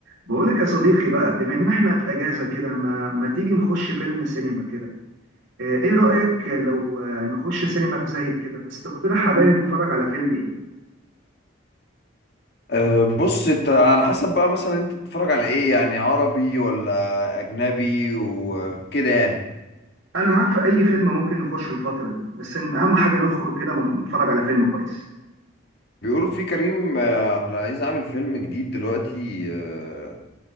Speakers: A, on the right; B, on the left.
A: بقول لك يا صديقي بقى بما اننا احنا في اجازه كده ما, ما تيجي نخش فيلم سينما كده آه، ايه رايك لو آه، نخش سينما في زايد كده بس تقترح عليا نتفرج على فيلم ايه
B: أه بص انت على حسب بقى مثلا انت بتتفرج على ايه يعني عربي ولا اجنبي وكده يعني
A: انا معاك في اي فيلم ممكن نخش الفتره دي بس إن اهم حاجه نخرج كده ونتفرج على فيلم كويس
B: بيقولوا في كريم آه، عبد العزيز عامل فيلم جديد دلوقتي آه،